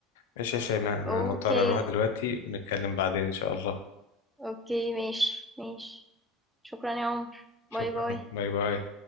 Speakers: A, on the left; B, in the centre.
A: ماشي يا شيماء انا
B: أوكي،
A: مضطر اروح دلوقتي ونتكلم بعدين ان شاء الله
B: أوكي ماشي، ماشي. شكرًا يا عمر.
A: شكرا
B: باي، باي.
A: باي باي